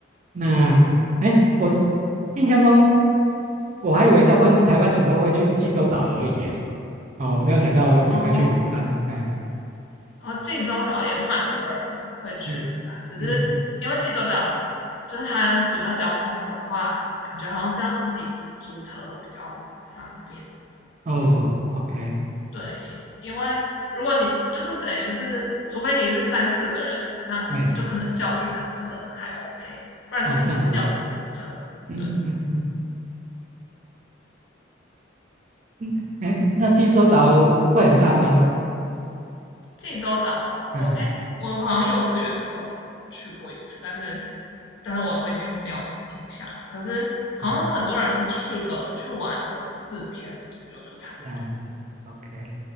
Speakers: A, on the right; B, on the left.
A: 那哎，我印象中我还以为大部分台湾人都会去济州岛而已，耶，哦，没有想到也会去釜山。
B: 完。哦，
A: 哎，
B: 哦，济州岛也是蛮多人会去的吧，
A: 嗯
B: 只是因为济州岛就是它主要交通的话，
A: 嗯嗯，
B: 感觉好像是要自己租车比较方便。
A: 哦，OK，
B: 对，因为如果你就是等于是，除非你是三四个人以上，
A: 对，
B: 就可能叫计程车还 OK，不然就是要租车。
A: 哦，这样子，嗯嗯嗯。
B: 对，
A: 嗯，哎，那济州岛会很大吗？
B: 济州岛，
A: 嗯
B: 我哎、欸我好像幼稚园的时候去过一次，但是但是我我已经没有什么印象了。可是好像很多人都是去个去玩了四天左右就差不多。
A: 嗯，这样子，OK。